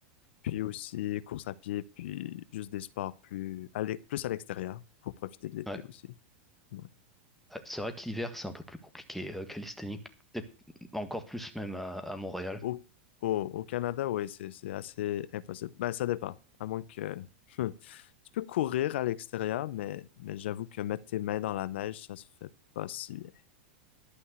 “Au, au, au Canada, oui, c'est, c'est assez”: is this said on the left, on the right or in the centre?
Left